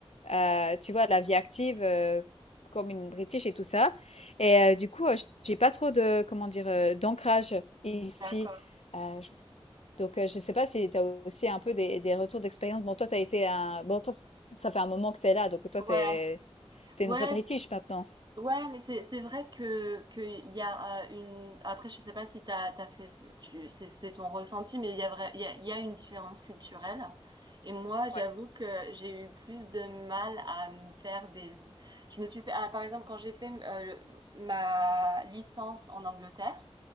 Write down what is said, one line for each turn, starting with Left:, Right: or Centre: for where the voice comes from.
Left: euh, tu vois, à la vie active, euh, comme une British et tout ça. Et euh, du coup, euh, j'ai pas trop de, comment dire, euh, d'ancrage ici.
Right: D'accord.
Left: Euh, je donc, heu, je sais pas si tu as aussi un peu des des retours d'expérience? Bon, toi, tu as été un bon, toi, ç ça fait un moment que tu es là, donc toi,
Right: Ouais.
Left: tu es une
Right: Ouais,
Left: vraie British maintenant?
Right: Ouais, mais c'est c'est vrai que que il y a euh, une après je sais pas si t'as t'as fait ce- tu c'est c'est ton ressenti mais il y a vrai il y a, il y a une différence culturelle et moi j'avoue
Left: Ouais.
Right: que j'ai eu plus de mal à me faire des je me suis fait ah, par exemple quand j'ai fait euh, le- ma licence en Angleterre